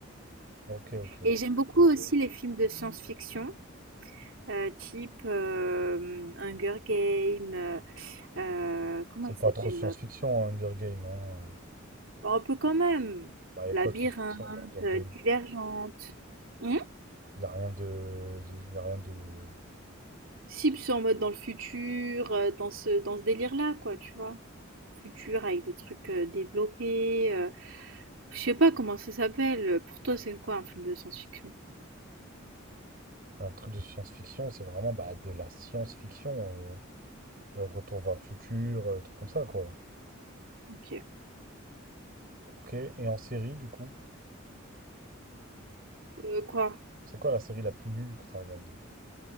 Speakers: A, on the right; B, on the right.
A: ok, ok.
B: Et j'aime beaucoup aussi les films de science-fiction, euh, type euh, Hunger Games, euh, euh, comment
A: C'est
B: il s'appelle
A: pas trop science-fiction,
B: l'autre?
A: hein, Hunger Games. Hein. euh.
B: Bon, Un peu quand même.
A: Bah, y a
B: Labyrinthe,
A: quoi de science-fiction dans Hunger
B: euh,
A: Games?
B: Divergente. Hmm
A: Y a rien de, de- y a rien de,
B: Si, puis c'est en mode dans le futur, euh, dans ce, dans ce délire-là, quoi, tu vois. Futur avec des trucs euh, développés. euh, je sais pas comment ça s'appelle. euh, Pour toi, c'est quoi un film de science-fiction?
A: un truc de science-fiction. C'est vraiment bah, de la science-fiction. euh, euh, retour vers le futur, euh, truc comme ça, quoi.
B: Ok.
A: Ok. Et en série, du coup,
B: Euh, quoi?
A: c'est quoi la série la plus nulle que t'as regardée?